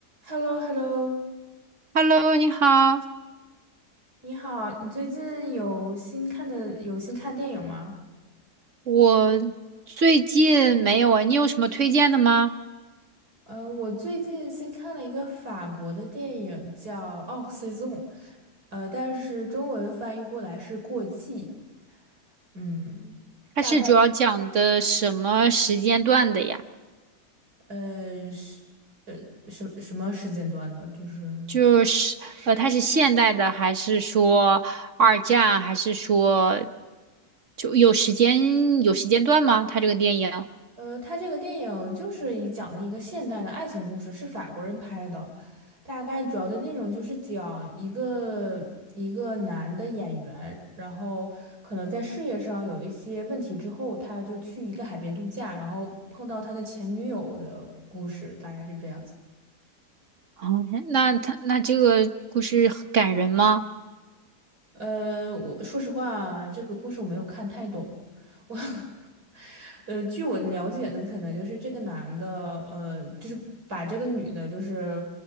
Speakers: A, on the right; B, on the right.
A: h e l l o h e l l o
B: Hello，你好，
A: 你好，你最近有新看的有新看电影吗？
B: 我最近没有啊，你有什么推荐的吗？
A: 呃，我最近新看了一个法国的电影叫《哦 Saison》，呃，但是中文翻译过来是《过季》，嗯，
B: 它是主要讲的什么时间段的呀？
A: 大概呃是呃什什么时间段的？就是。
B: 就是呃，它是现代的，还是说二战，还是说就有时间有时间段吗？它这个电影
A: 呃，他这个电影就是以讲的一个现代的爱情故事，是法国人拍的，大概主要的内容就是讲一个一个男的演员，然后可能在事业上有一些问题之后，他就去一个海边度假，然后碰到他的前女友的故事，大概是这样子。
B: 啊，那它那这个故事很感人吗？
A: 呃，我说实话，这个故事我没有看太懂。我，<laughs> 呃，据我的了解呢，可能就是这个男的，呃，就是把这个女的，就是，